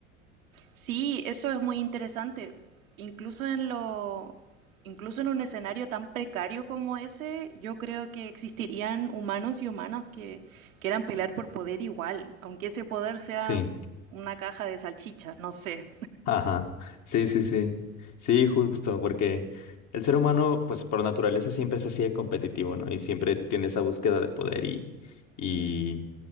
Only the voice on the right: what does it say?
Sí, eso es muy interesante. Incluso en lo, incluso en un escenario tan precario como ese, yo creo que existirían humanos y humanas que quieran pelear por poder igual, aunque ese poder sea
una caja de salchichas, no sé.